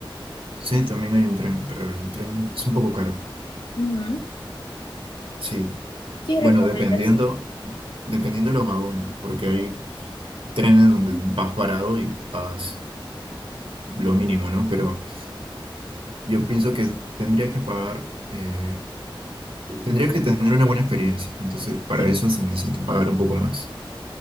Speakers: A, on the right; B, on the left.
A: Sí, también hay un tren, pero el tren es un poco caro.
B: Ujú.
A: Sí,
B: ¿Qué
A: bueno,
B: recomiendas?
A: dependiendo,
B: Sí.
A: dependiendo de los vagones, porque hay trenes donde vas parado y pagas lo mínimo, ¿no? Pero yo pienso que tendrías que pagar, eh, tendrías que tener una buena experiencia. Entonces, para
B: Sí.
A: eso se necesita pagar un poco más.